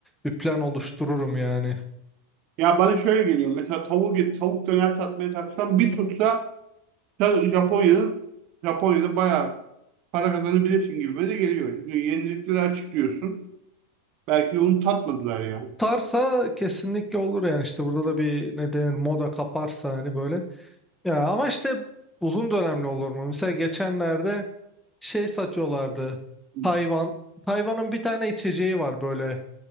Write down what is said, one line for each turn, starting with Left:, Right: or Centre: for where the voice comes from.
Centre: bir plan oluştururum yani.
Right: Ya bana şöyle geliyor. Mesela tavuk tavuk döner satmaya kalksam bir tutsa sen Japonya'nın Japonya'da bayağı para kazanabilirsin gibime de geliyor. Çünkü yenilikleri açıklıyorsun. Belki de onu tatmadılar ya.
Centre: Tutarsa kesinlikle olur yani işte burada da bir ne denir moda kaparsa hani böyle. Ya ama işte uzun dönemli olur mu? Mesela geçenlerde şey satıyorlardı.
Right: Hı,
Centre: Tayvan. Tayvan'ın bir tane içeceği var böyle.